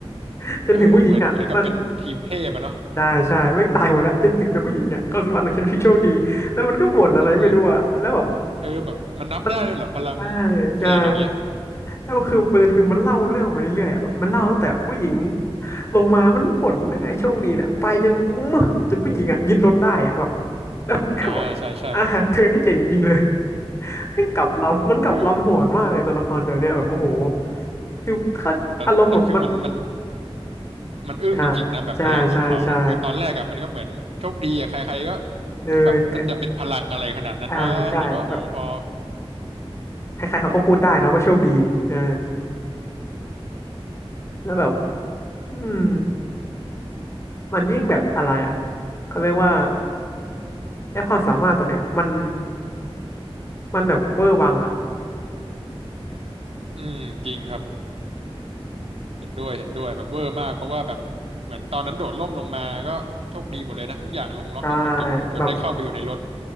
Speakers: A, on the left; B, on the right.
A: ๆจนถึงผู้หญิงอะมัน
B: เออเหมือนเหมือนกับเป็นทีมเทพอะเนาะ
A: ได้ใช่แม่งตายหมดแล้วจนถึงตัวผู้หญิงอะความสามารถของฉันคือโชคดีแล้วมันก็บ่นอะไรไม่รู้อะแล้วแบบ
B: อืม เออแบบมันนับได้ด้วยเหรอพลัง
A: มันใช่
B: พิเศษอย่างเงี้ย
A: ใช่ แล้วคือประเด็นคือมันเล่าเรื่องไปเรื่อยๆอ่ะแบบมันเล่าตั้งแต่ผู้หญิงลงมามันบ่นเรื่องไอ้โชคดีเนี่ยไปจน <laughs> อื้อจนผู้หญิงอ่ะยึดรถได้อ่ะแบบแล้วมันก็แบบอ่าเธอนี่เจ๋งจริงๆเลย
B: อ่าใช่ใช่
A: มันกลับลำมันกลับลำโหนมากเลยตัวละครตัวเนี้ยแบบโอ้โห
B: คือ
A: คือเขาอารมณ์แบบมัน
B: แต่แต่คือมันมันมันอึ้งจริงๆนะแบบพลังของเขาคือตอนแรกอะมันก็เหมือนโชคดีอะใครๆก็
A: อ่าใช่ใช่ใช่เออแต่
B: ก็แบบมันจะเป็นพลังอะไรขนาดนั้นว่าแต่ว่าโหพอ
A: อ่าใช่แบบใครๆเขาก็พูดได้นะว่าโชคดีเออแล้วแบบอืมมันยิ่งแบบอะไรอ่ะเขาเรียกว่าไอ้ความสามารถตัวเนี้ยมัน มันแบบเวอร์วังอ่ะ
B: อืมจริงครับเห็นด้วยเห็นด้วยแบบเวอร์มากเพราะว่าแบบเหมือนตอนนั้นโดดร่มลงมาก็โชคดีหมดเลยนะทุกอย่างลงล็อกไปหมดจนจนได้เข้าไปอยู่ในรถ
A: ใช่แบบ